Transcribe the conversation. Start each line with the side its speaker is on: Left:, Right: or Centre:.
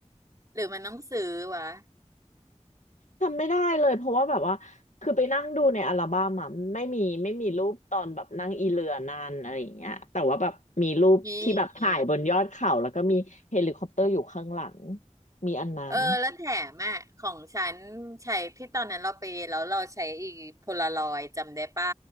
Right: หรือมันต้องซื้อวะ
Left: จำไม่ได้เลยเพราะว่าแบบว่าคือไปนั่งดูในอัลบั้มอะไม่มีไม่มีรูปตอนแบบนั่งอีเรือนานอะไรอย่างเงี้ยแต่ว่าแบบมีรูปที่แบบถ่ายบนยอดเขาแล้วก็มีเฮลิคอปเตอร์อยู่ข้างหลัง
Right: มีมี
Left: มีอันนั้น
Right: เออแล้วแถมอ่ะของฉันใช้ที่ตอนนั้นเราไปแล้วเราใช้อีกโพลารอยด์จำได้ป่ะ